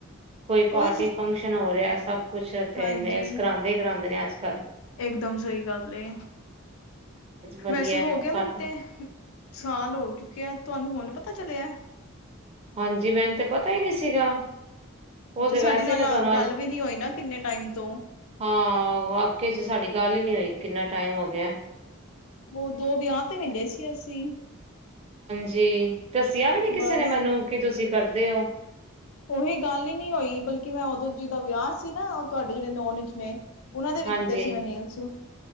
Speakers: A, on the right; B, on the left.
A: ਕੋਈ
B: ਉਹੀ
A: ਪਾਰਟੀ
B: ਸੀ
A: ਫੰਕਸ਼ਨ ਹੋ ਰਿਹਾ। ਸਭ ਕੁਛ ਤੇ
B: ਹਾਂਜੀ,
A: ਨੇਲਸ ਕਰਾਂਦੇ ਕਰਾਾਂਦੇ ਨੇ ਅੱਜ ਕੱਲ
B: ਇਕਦਮ ਸਹੀ ਗੱਲ ਏ।
A: ਵਧੀਆ
B: ਵੈਸੇ ਹੋ ਗਿਆ
A: ਸਾ
B: ਮੈਨੂੰ ਤੇ ਸਾਲ ਹੋ ਚੁੱਕਿਆ ਤੁਹਾਨੂੰ ਹੁਣ ਪਤਾ ਚੱਲਿਆ।
A: ਹਾਂਜੀ, ਮੈਨੂੰ ਤਾਂ ਪਤਾ ਹੀ ਨਹੀਂ ਸੀਗਾ। ਉਹ ਤੇ ਵੈਸੇ
B: ਸਾਡੇ ਨਾਲ
A: ਮੈਂ ਤੁਹਾਨੂੰ
B: ਗੱਲ
A: ਅੱਜ
B: ਵੀ ਨੀ ਹੋਈ ਨਾ ਕਿੰਨੇ ਟਾਈਮ ਤੋਂ
A: ਹਾਂ, ਵਾਕਿਆ ਚ ਸਾਡੀ ਗੱਲ ਨੀ ਹੋਈ ਕਿੰਨਾ ਟਾਈਮ ਹੋ ਗਿਆ।
B: ਓਦੋ ਵਿਆਹ ਤੇ ਮਿਲੇ ਸੀ ਅਸੀਂ।
A: ਜੀ, ਦੱਸਿਆ ਵੀ ਨੀ ਕਿਸੇ
B: ਬਸ।
A: ਨੇ ਮੈਨੂੰ ਕੀ ਤੁਸੀਂ ਕਰਦੇ ਓ।
B: ਉਹੀ ਗੱਲ ਹੀ ਨਹੀਂ ਹੋਈ। ਬਲਕਿ ਮੈਂ ਓਦੋਂ ਜੀਦਾ ਵਿਆਹ ਸੀ ਨਾ ਤੁਹਾਡੇ ਜਿਹੜੇ ਨੋਨ ਵਿੱਚ ਨੇ ਉਹਨਾਂ ਦੇ ਵੀ
A: ਹਾਂਜੀ
B: ਕੀਤੇ ਸੀ ਮੈਂ ਨੇਲਸ